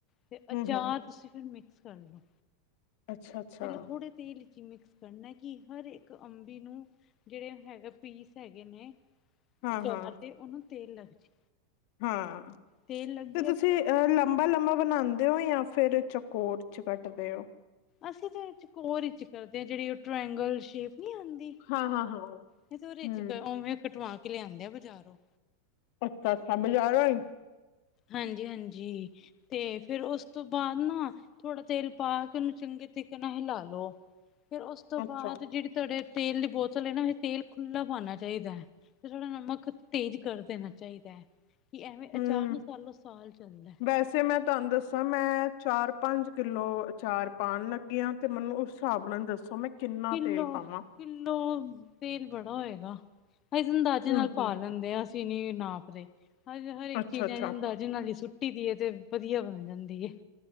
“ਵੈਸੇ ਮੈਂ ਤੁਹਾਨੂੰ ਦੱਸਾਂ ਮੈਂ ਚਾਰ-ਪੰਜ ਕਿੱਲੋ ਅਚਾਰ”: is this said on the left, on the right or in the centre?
Left